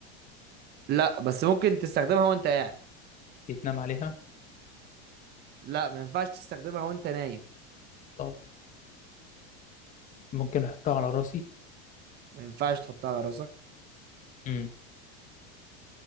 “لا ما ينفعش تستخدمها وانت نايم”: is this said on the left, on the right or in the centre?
Right